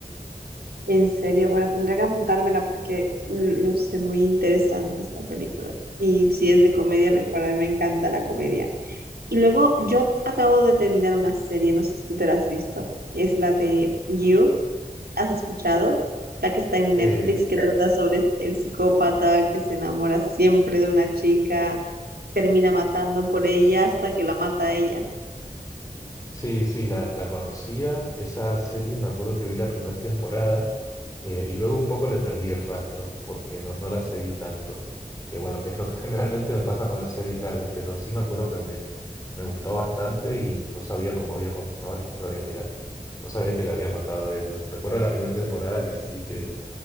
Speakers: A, on the right; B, on the left.
A: En serio, bueno, tendré que apuntármela porque mm, luce muy interesante esta película. Y si es de comedia, mejor. A mí me encanta la comedia. Y luego yo acabo de terminar una serie, no sé si tú te la has visto. Es la de You. ¿Has escuchado? La que está en
B: Eh,
A: Netflix, que trata sobre este- el psicópata que se enamora siempre de una chica, termina matando por ella hasta que la mata a ella.
B: sí, sí, la, la conocía, esa serie, me acuerdo que vi la primera temporada eh, y luego un poco le perdí el rastro porque no, no la seguí tanto. Que bueno, que es lo que <laughs> generalmente me pasa con las series largas, pero sí me acuerdo que me, me gustó bastante y no sabía cómo había continuado la historia, mira, no sabía que la había matado a ella. Recuerdo la primera temporada que sí, que